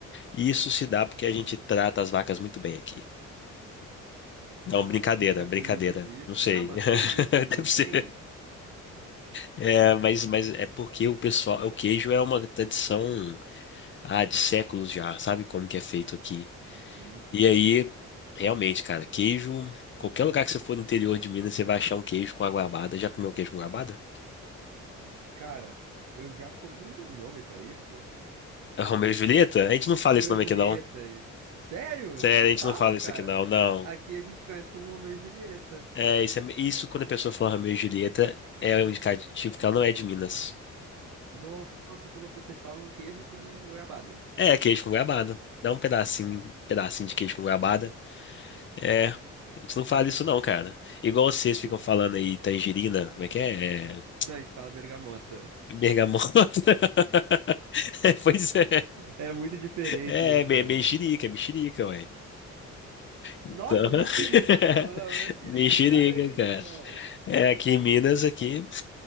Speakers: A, on the left (about 40°); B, on the right (about 70°).
A: E isso se dá porque a gente trata as vacas muito bem aqui. Não,
B: Ah,
A: brincadeira,
B: sim, cara,
A: brincadeira.
B: tem muito disso.
A: Não sei.
B: Não, mas tem disso,
A: <laughs>
B: não
A: Deve
B: tem?
A: ser. É, mas, mas é porque o pessoal, o queijo é uma tradição. Ah, de séculos já, sabe como que é feito aqui.
B: Uhum.
A: E aí, realmente, cara, queijo, qualquer lugar que você for no interior de Minas, você vai achar um queijo com a goiabada. Já comeu queijo com goiabada?
B: Cara, eu já comi. Não tem um nome pra isso?
A: É Romeu e <laughs> Julieta? A gente não fala
B: Romeu
A: esse nome
B: e Julieta.
A: aqui não.
B: isso. Sério?
A: Sério,
B: Vocês não
A: a gente
B: falam,
A: não fala isso
B: cara?
A: aqui não, não.
B: Aqui a gente conhece como Romeu e Julieta.
A: É, isso, é- isso quando a pessoa fala Romeu e Julieta é um indicativo que ela não é de Minas.
B: Nossa, que louco. Vocês falam queijo com goiabada.
A: É, queijo com goiabada. Dá um pedacinho, um pedacinho de queijo com goiabada. É, a gente não fala isso não, cara. Igual vocês ficam
B: Se-
A: falando aí tangerina, como é que é? É,
B: Não, a gente fala bergamota.
A: Bergamota. <laughs> É, Pois é.
B: É muito diferente,
A: É,
B: né, cara?
A: me- mexerica, mexerica, ué.
B: Nossa,
A: Então, <laughs>
B: mexerica não, não. Mexerica
A: mexerica,
B: é pior ainda,
A: cara.
B: cara.
A: É, aqui em Minas, aqui.